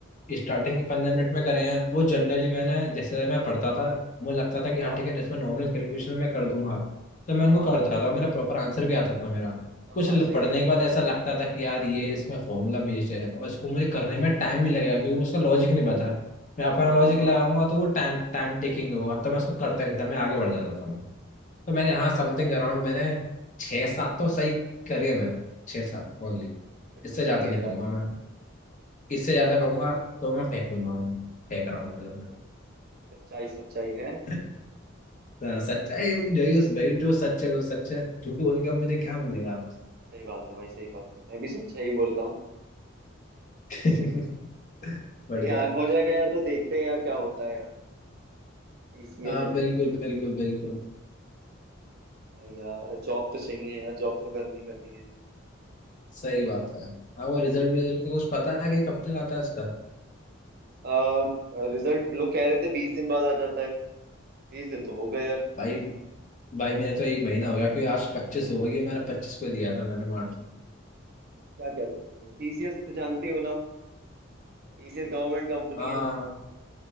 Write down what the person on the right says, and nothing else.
हाँ
हाँ
हाँ
हाँ
हाँ
सही
है
हाँ हाँ
हाँ
हाँ
हाँ, फिर
तो सही
है
यार
हम्म।
सच्चाई सच्चाई है
हम्म, सही बात है भाई सही बात है मैं भी सच्चाई ही बोल रहा हूँ
नहीं यार हो जाएगा यार तो देखते हैं यार क्या होता है यार TCS
NQT
भाई यार जॉब तो चाहिए यार जॉब तो करनी करनी है
आ, रिजल्ट लोग कह रहे थे बीस दिन बाद आ जाता है बीस दिन तो हो गए यार
क्या कह सकता हूँ टीसीएस तो जानते हो ना टीसीएस गवर्नमेंट कंपनी
है